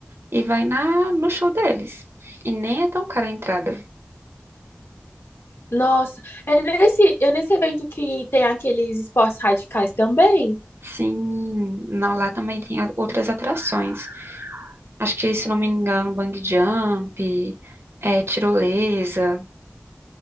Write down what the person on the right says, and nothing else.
e vai na no show deles. E nem é tão cara a entrada.
Sim, não, lá também tem a- outras atrações. Acho que, se não me engano, bang jump, é, tirolesa,